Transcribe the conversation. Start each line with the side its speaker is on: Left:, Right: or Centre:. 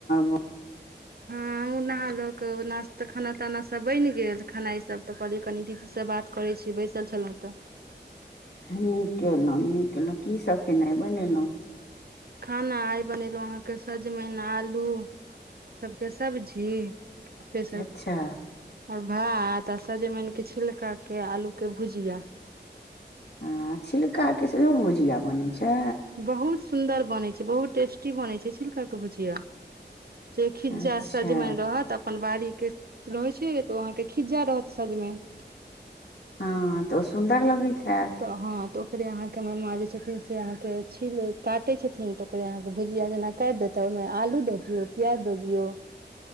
Left: भ-
Right: <unintelligible> नाहा लेलकै नाशत खाना ताना सब बनि गेल खेनाइ ई सब तऽ कहलिय कनी दीदी सब बात करै छी बैसल छलहुँ तऽ
Left: नीक कलहुँ नीक केलहुँ की सभ खेनाइ बनेलहुँ
Right: खाना आइ बनेलहुं अहाँके सजमैन आलू <inaudible> सबके सब्जी <unintelligible>
Left: अच्छा
Right: आर भातऽ सजमैन के छिलका के आलू के भुजिया
Left: आ छिलका के सेहो भुजिया बनैत छै
Right: बहुत सुंदर बनै छै बहुत टेस्टी बनै छै छिल्का के भुजिया जे खिज्जा
Left: अच्छा
Right: सजमैन रहत अपन बाड़ी के रहै छै तो अहाँके खिज्जा रहत सजमेन
Left: हँ तऽ वो सुंदर लगै हेत
Right: तऽ हँ तऽ ओकरे अहाँके हमर माँ जे छथिन से अहाँके छील काटै छथिन तऽ ओकरे अहाँके भुजिया जेना काइट दैता आलू दऽ दियौ प्याज दऽ दियौ